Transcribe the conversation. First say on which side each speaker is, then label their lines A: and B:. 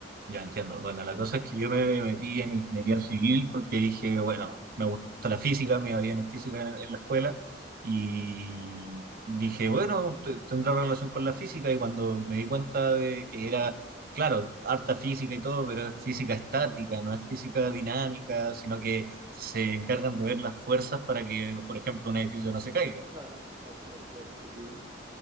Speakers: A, on the right; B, on the right.
A: Ya entiendo. Bueno, la cosa es que yo me metí en ingeniería civil porque dije, bueno, me gusta la física, me iba bien en física en, en la escuela y dije, bueno, te- tendrá relación con la física y cuando me di cuenta de que era, claro, harta física y todo, pero es física estática, no es física dinámica, sino que se encargan de ver las fuerzas para que, por ejemplo, un edificio no se caiga.
B: Claro, claro, claro, claro, entendido.